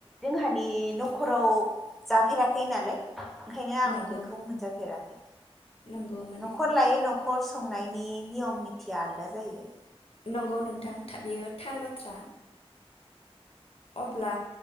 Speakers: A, in the centre; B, on the left (about 65°).
A: जोंहानि न'खराव जाफेराखै नालाय। ओंखायनो आं
B: नंगौ
A: बेखौ मोनजाफेराखै।
B: नंगौ माने
A: नखर लायै नखर संनायनि नियम निथिया आलदा जायो।
B: नंगौ नोंथां बियो थार बाथ्रा। अब्ला।